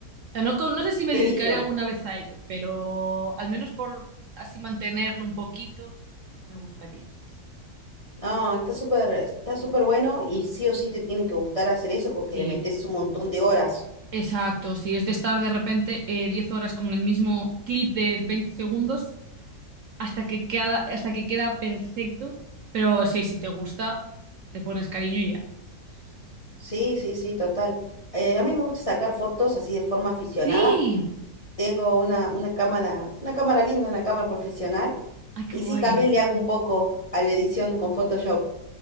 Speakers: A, on the right (about 65°); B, on the left (about 30°).
A: sea, no, co- no sé si me
B: Qué
A: dedicaré
B: lindo.
A: alguna vez a ello, pero al menos por así mantenerlo un poquito, me gustaría, sí, sí.
B: No, está súper, está súper bueno y sí o sí te tienen que gustar hacer eso porque
A: Sí,
B: le
A: Sí,
B: metes un montón de horas.
A: exacto. Si es de estar de repente eh, 10 horas con el mismo clip de 20 segundos hasta que queda, hasta que queda perfecto. Pero sí, si te gusta, le pones cariño y ya. Sí, sí, sí.
B: Sí, sí, sí, total. Eh, a mí me gusta sacar fotos así de forma aficionada
A: Sí.
B: tengo una, una cámara, una cámara linda, una cámara profesional,
A: Ay, qué
B: y
A: guay.
B: sí, también le hago un poco a la edición con Photoshop.